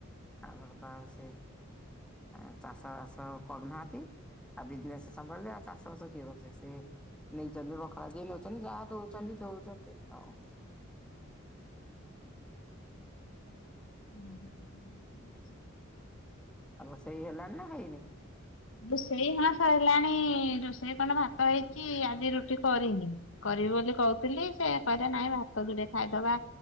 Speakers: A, in the centre; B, on the left.
A: ଆମର ତ ଆଉ ସେ ଆଉ ଚାଷ ବାସ କରୁନାହାନ୍ତି? ଆଉ ବିଜନେସ ସମ୍ଭାଳିଲେ, ଆଉ ଚାଷବାସ କିଏ କରୁଚି। ସେ ନେଇଛନ୍ତି ବଖଳା ଯିଏ ନଉଛନ୍ତି, ଯାହା ଦଉଛନ୍ତି ଦଉଛନ୍ତି ଆଉ।
B: ଉଁ- ହୁଁ।
A: ଆଉ ରୋଷଇ ହେଲାଣି ନା ହେଇନି?
B: ରୋଷେଇ ହଁ ସଇଲାଣି। ରୋଷେଇ କଣ ଭାତ ହେଇଛି, ଆଜି ରୁଟି କରିନି। କରିବି ବୋଲି କହୁଥିଲି, ସେ କହିଲେ ନାଇଁ ଭାତ ଯୋଡିଏ ଖାଇଦବା।